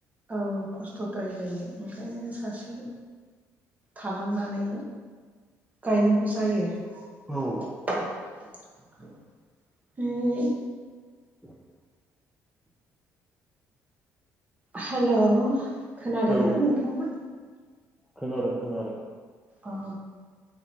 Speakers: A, on the right; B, in the centre.
A: औ खस्थ'द्राय जायो। ओंखायनो सासे थालांनानै गायनांगौ जायो।
B: औ।
A: <unintelligible>
B: <unintelligible>
A: हेलौ खोनादोंना
B: औ
A: नोंथाङा?
B: खोनादों खोनादों।
A: अ।